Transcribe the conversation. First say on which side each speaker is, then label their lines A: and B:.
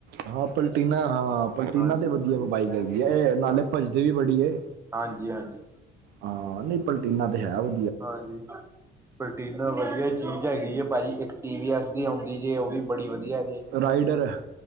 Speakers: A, on the right; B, on the right.
A: ਹਾਂ ਪਲਟੀਨਾ ਹਾਂ ਪਲਟੀਨਾ
B: ਹਾਂਜੀ
A: ਤੇ ਵਧੀਆ ਬਾਈਕ ਹੈਗੀ ਹੈ ਏ ਇਹ ਨਾਲੇ ਭੱਜਦੀ ਵੀ ਬੜੀ ਏ
B: ਹਾਂਜੀ-ਹਾਂਜੀ,
A: ਹਾਂ ਨਹੀਂ ਪਲਟੀਨਾ ਤੇ ਹੈ ਵ
B: ਹਾਂਜੀ ਪਲਟੀਨਾ ਵਧੀਆ ਚੀਜ਼ ਹੈਗੀ ਹੈ ਏ ਭਾਜੀ ਇੱਕ ਟੀ ਵੀ ਐੱਸ ਦੀ ਜੇ ਉਹ ਵੀ ਬੜੀ ਵਧੀਆ ਜੇ
A: ਰਾਈਡਰ ਹੈ।